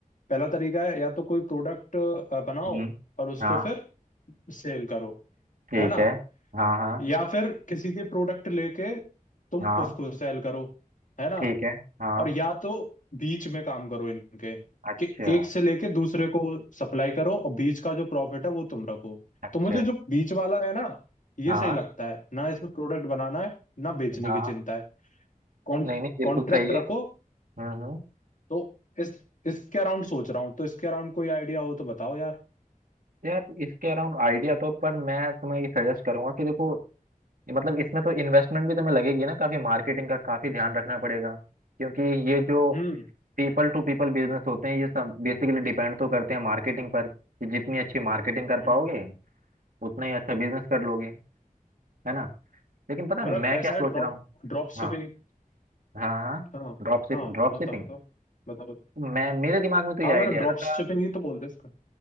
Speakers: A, on the left; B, on the right.
A: पहला तरीका है या तो कोई प्रोडक्ट बनाओ
B: हम्म
A: और उसको
B: हाँ
A: फिर सेल करो
B: ठीक
A: है ना
B: है हाँ हाँ
A: या फिर किसी के प्रोडक्ट लेके तुम
B: हाँ
A: उसको सेल करो है ना
B: ठीक है हाँ
A: और या तो बीच में काम करो इनके
B: अच्छा
A: कि एक से लेके दूसरे को सप्लाई करो और बीच का जो प्रॉफिट है वो तुम रखो
B: अच्छा
A: तो मुझे जो बीच वाला है ना ये
B: हाँ
A: सही लगता है ना इसमें प्रोडक्ट बनाना है ना बेचने
B: हाँ
A: की चिंता है कॉन्
B: नहीं नहीं बिल्कुल
A: कॉन्ट्रैक्ट
B: सही है
A: रखो
B: हम्म हम्म
A: तो इस इसके अराउंड सोच रहा हूँ तो इसके अराउंड कोई आइडिया हो तो बताओ यार
B: यार इसके अराउंड आइडिया तो पर मैं तुम्हें ये सजेस्ट करूंगा कि देखो ये मतलब इसमें तो इन्वेस्टमेंट भी तुम्हें लगेगी ना काफी मार्केटिंग का काफी ध्यान रखना पड़ेगा क्योंकि ये जो
A: हम्म
B: पीपल टू पीपल बिजनेस होते हैं ये सब बेसिकली डिपेंड तो करते हैं मार्केटिंग पर कि जितनी अच्छी मार्केटिंग कर
A: हम्म
B: पाओगे उतना ही अच्छा बिजनेस कर लोगे है ना लेकिन पता है
A: मतलब
B: मैं
A: ऐसा
B: क्या सोच
A: है ड्रॉप
B: रहा हूँ
A: ड्रॉप
B: हाँ
A: शिपिंग
B: हाँ हाँ
A: हाँ
B: ड्रॉप शिपिंग
A: हाँ
B: ड्रॉप
A: बताओ
B: शिपिंग
A: बताओ बताओ बताओ
B: मैं मेरे दिमाग में तो ये
A: हाँ
B: आइडिया
A: मतलब ड्रॉप
B: आ रहा
A: शिपिंग
B: था
A: ही तो बोलते हैं इसका